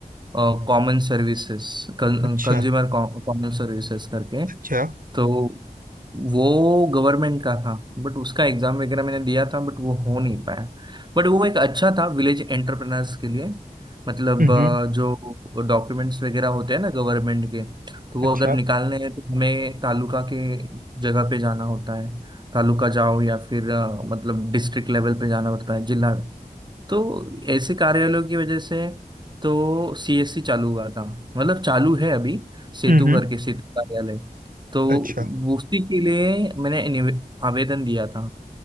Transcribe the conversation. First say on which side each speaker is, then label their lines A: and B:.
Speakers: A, on the right; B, on the right.
A: common services consumer
B: अच्छा
A: common services करके
B: अच्छा
A: तो वो गवर्नमेंट का था बट उसका एग्जाम वगैरह मैंने दिया था बट वो हो नहीं पाया बट वो एक अच्छा था विलेज एंटरप्रेनर्स के लिए मतलब
B: हम्म
A: अ, जो डॉक्यूमेंट्स वगैरह होते हैं ना गवर्नमेंट के तो वो
B: अच्छा
A: अगर निकालने हैं तो हमें तालुका के जगह पे जाना होता है तालुका जाओ या फिर अ, मतलब डिस्ट्रिक्ट लेवल पे जाना पड़ता है जिला तो ऐसे कार्यालयों की वजह से तो सीएससी चालू हुआ था मतलब चालू है अभी सेतु
B: हम्म
A: करके सेतु कार्यालय तो
B: अच्छा
A: वो उसी के लिए मैंने निवे- आवेदन दिया था